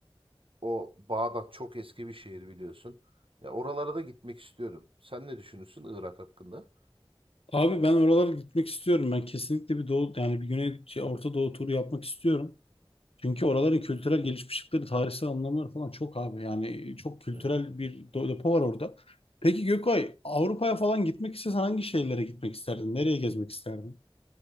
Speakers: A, on the right; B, on the left.
A: O Bağdat çok eski bir şehir biliyorsun. Ya oralara da gitmek istiyorum. Sen ne düşünürsün Irak hakkında?
B: Abi ben oralara gitmek istiyorum. Ben kesinlikle bir doğu yani bir güney şey, Orta Doğu turu yapmak istiyorum. Çünkü oraların kültürel gelişmişlikleri, tarihsel anlamları falan çok abi. Yani çok kültürel
A: Evet.
B: bir do- depo var orada. Peki Gökay, Avrupa'ya falan gitmek istesen hangi şehirlere gitmek isterdin? Nereye gezmek isterdin?